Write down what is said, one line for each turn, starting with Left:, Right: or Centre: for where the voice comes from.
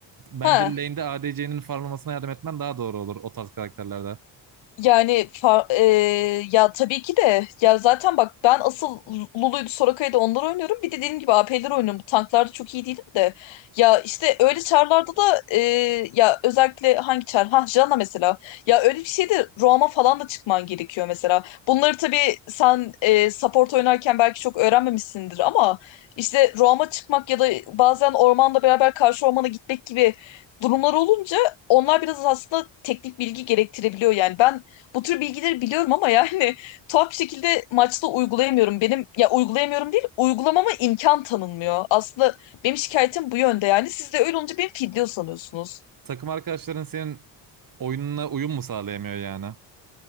Right: bence
Left: ha.
Right: lane'de ADC'nin farmlamasına yardım etmen daha doğru olur o tarz karakterlerde.
Left: Yani fa- e, ya tabii ki de ya zaten bak ben asıl Lulu'ydu Soraka'ydı onları oynuyorum. Bir de dediğim gibi AP'leri oynuyorum. Bu Tanklarda çok iyi değilim de. Ya işte öyle çarlarda da e, ya özellikle hangi çar? Ha Jana mesela. Ya öyle bir şeyde Roam'a falan da çıkman gerekiyor mesela. Bunları tabii sen e, support oynarken belki çok öğrenmemişsindir ama işte Roam'a çıkmak ya da bazen ormanda beraber karşı ormana gitmek gibi durumlar olunca onlar biraz aslında teknik bilgi gerektirebiliyor yani. Ben bu tür bilgileri biliyorum ama yani <laughs> tuhaf bir şekilde maçta uygulayamıyorum. Benim ya uygulayamıyorum değil, uygulamama imkan tanınmıyor. Aslında benim şikayetim bu yönde yani. Siz de öyle olunca beni fidye sanıyorsunuz.
Right: Takım arkadaşların senin oyununa uyum mu sağlayamıyor yani?